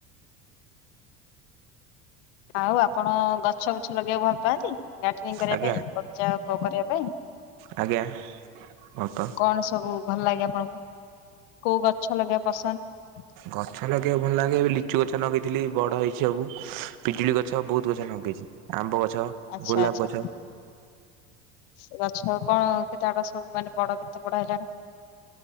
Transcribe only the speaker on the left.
ଆଉ ଆପଣ ଗଛ ବୃଛ ଲଗେଇବାକୁ ଭଲ ପାଆନ୍ତି? ଗାର୍ଡେନିଙ୍ଗ କରିବା
ପାଇଁ ବଗିଚା କରିବା ପାଇଁ
କଣ ସବୁ ଭଲ ଲାଗେ ଆପଣଙ୍କୁ, କୋଉ ଗଛ ଲଗେଇବା ପସନ୍ଦ?
ଆଚ୍ଛା
ଆଚ୍ଛା।
ସେ ଗଛ କଣ କେତେ ବାଟ ସବୁ ମାନେ ବଡ଼ କେତେ ବଡ଼ ହେଲେଣି?